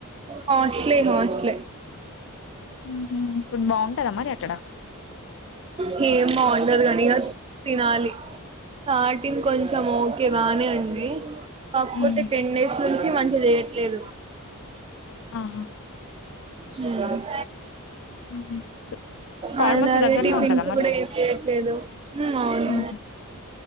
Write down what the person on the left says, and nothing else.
ఉహు. ఫుడ్ బాగుంటదా మరి అక్కడ
ఉహు.
ఆహా
ఉహు. ఫార్మసీ
దగ్గరనే
ఉంటదా మరి
హుహు.